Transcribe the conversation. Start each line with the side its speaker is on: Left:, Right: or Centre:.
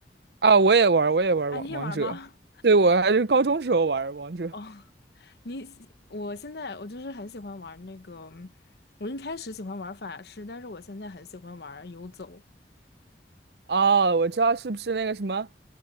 Right: 啊，我也玩儿，我也玩儿王王者。
Left: 啊，你也玩吗？
Right: 对，我还是高中时候玩儿王者。
Left: <laughs> 哦，你喜，我现在我就是很喜欢玩那个，我一开始喜欢玩法师，但是我现在很喜欢玩游走。
Right: 啊，我知道是不是那个什么，